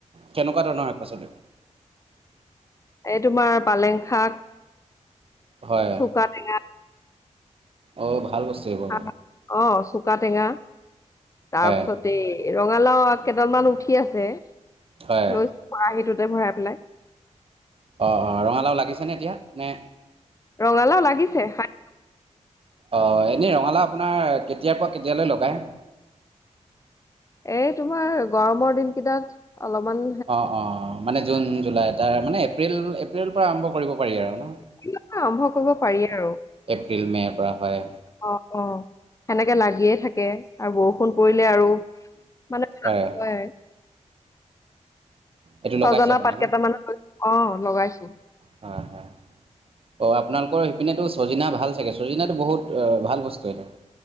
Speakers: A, on the right; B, on the left.
A: কেনেকুৱা ধৰণৰ শাক-পাচলি?
B: এই, তোমাৰ পালেং শাক
A: হয়
B: চুকা টেঙা
A: অঁ ভাল বস্তু এইবোৰ
B: অ', চুকা টেঙা, তাৰপিছত
A: হয়
B: দেই ৰঙালাও আগ কেইডাল মান উঠি আছে লৈছো
A: হয়
B: খৰাহীটোতে ভৰাই পেলাই।
A: অ'অ' ৰঙালাও লাগিছেনে এতিয়া নে
B: ৰঙালাও লাগিছে হয়।
A: অ'এনেই ৰঙালাও আপোনাৰ কেতিয়াৰ পৰা কেতিয়ালৈ লগায়?
B: এই তোমাৰ, গৰমৰ দিন কেইটাত অলমান
A: অ' অ'মানে জুন, জুলাই, তাৰ এপ্ৰিল-এপ্ৰিলৰ পৰা আৰম্ভ কৰিব পাৰি আৰু ন'।
B: <unintelligible> আৰম্ভ কৰিব পাৰি আৰু।
A: এপ্ৰিল মে'ৰ পৰা হয়
B: অ'অ'সেনেকে লাগিয়ে থাকে আৰু বৰষুণ পৰিলে আৰু মানে
A: হয়
B: ভাল কৈ
A: এইটো
B: ছজনা
A: লগাইছে আপুনি
B: পাত কেইটামানো
A: ন
B: লৈছ অ'লগাইছো।
A: হয়, হয়। অ'আপোনালোকৰ সেইপিনে চজিনা ভাল চাগে ছজিনাটো বহুত ভাল বস্তু এইটো।